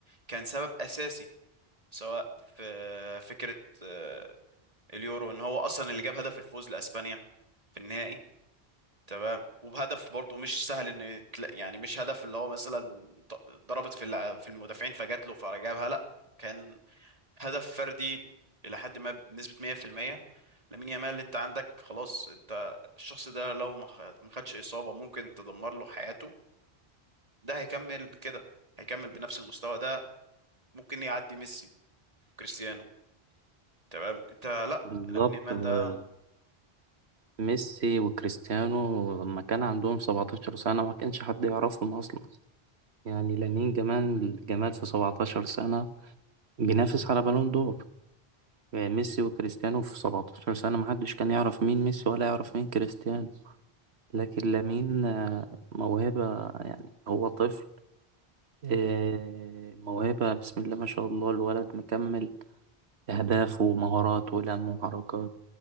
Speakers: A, on the right; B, on the right.
A: كان سبب اساسي سواء في فكرة آه، اليورو ان هو اصلا اللي جاب هدف الفوز لاسبانيا في النهائي تمام وبهدف برضه مش سهل ان يتل- يعني مش هدف اللي هو مثلا ط- ضربت في الع- في المدافعين فجات له فجابها لا كان هدف فردي الى حد ما بنسبة 100% لامين يامال انت عندك خلاص انت الشخص ده لو ما خ- ما خدش اصابة ممكن تدمر له حياته ده هيكمل كده هيكمل بنفس المستوى ده ممكن يعدي ميسي كريستيانو تمام انت لا
B: بالظبط
A: انا من ايمال
B: آه،
A: ده
B: ميسي وكريستيانو لما كان عندهم 17 سنة ما كانش حد يعرفهم أصلا يعني لامين جمال جمال في 17 سنة بينافس على بالون دور آه، ميسي وكريستيانو في 17 سنة محدش كان يعرف مين ميسي ولا يعرف مين كريستيانو لكن لامين آه، موهبة يعني هو طفل آه، موهبة بسم الله ما شاء الله الولد مكمل أهداف ومهارات ولم وحركات